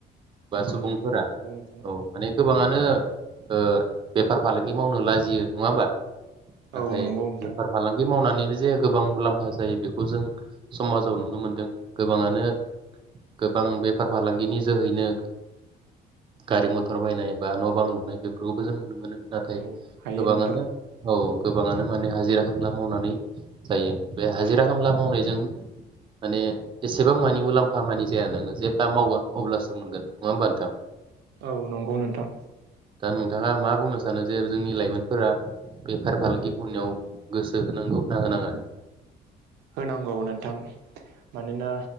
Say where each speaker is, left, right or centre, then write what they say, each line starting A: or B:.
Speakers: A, on the right (about 30°); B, on the right (about 85°).
A: बा
B: औ
A: सुबुंफोरा
B: नंगौ नोंथां
A: औ माने गोबाङानो ओ बेफार फालांगि मावनो लाजियो नङा होमबा नाथाय
B: औ नंगौ नोंथां
A: बेफार फालांगि मावनानै बे जाया गोबां मुलाम्फा जायो बेखौ जों समाजाव नुनो मोनदों गोबाङानो गोबां बेफार फालांगिनि जोहैनो गारि मथर बायनाय बा न' बां लुनाय बेफोरखौबो जों नुनो मोनो नाथाय
B: औ हायो
A: गोबाङानो
B: नोंथां
A: औ गोबाङानो माने हाजिरा खामला मावनानै जायो बे हाजिरा खामला मावनायजों माने एसेबां मानि मुलाम्फा मानि जाया नोङो जेब्ला मावगोन अब्लासो मोनगोन नङा होमबा नोंथां
B: औ नंगौ नोंथां
A: दा नोंथाङा मा बुंनो सानो जे जोंनि लाइमोनफोरा बेफार फालांगिफोरनियाव गोसो होनांगौ ना होनाङा?
B: होनांगौ नोंथां मानोना